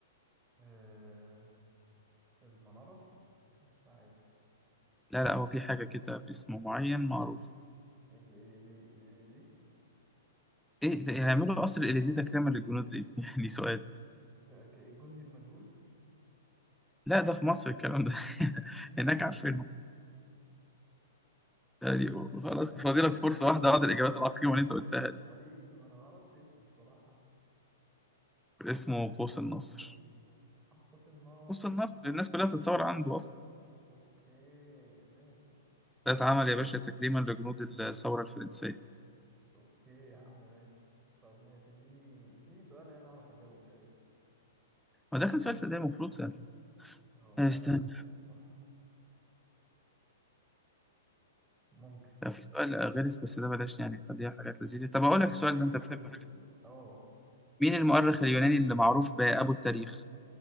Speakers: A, on the right; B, in the centre.
A: آه المناره مش عارف
B: لا لا هو في حاجة كده باسمه معين معروف
A: الاليزي الاليزي
B: إيه ده- هيعملوا قصر الإليزيه تكريما للجنود ليه؟ <laughs> يعني سؤال
A: فاكر الجندي المجهول
B: لا ده في مصر الكلام ده <laughs>
A: <laughs>
B: هناك عارفينهم يعني
A: ما
B: خلاص
A: مش عارف
B: فاضلك
A: هو ليه
B: فرصة واحدة بعد الإجابات العقيمة اللي أنت قلتها دي
A: هو ليه اسم ما انا ما اعرفش اسمه الصراحه
B: اسمه قوس النصر
A: قوس النصر
B: قوس النصر الناس كلها بتتصور عنده أصلا
A: اوكي ماشي
B: ده اتعمل يا باشا تكريما لجنود الثورة الفرنسية
A: اوكي يا عم ماشي طب ماشي اديني اديني سؤال انا اعرف اجاوبه يا ريت
B: ما ده كان سؤال صدق المفروض سهل
A: هو فعلا
B: استنى
A: ممكن صح ممكن
B: لا، في سؤال غير بس ده بلاش يعني خليها حاجات لذيذة طب أقول
A: أ-
B: لك السؤال
A: حاجات
B: ده أنت
A: لذيذة
B: بتحبه
A: اه
B: مين المؤرخ اليوناني اللي معروف بأبو التاريخ؟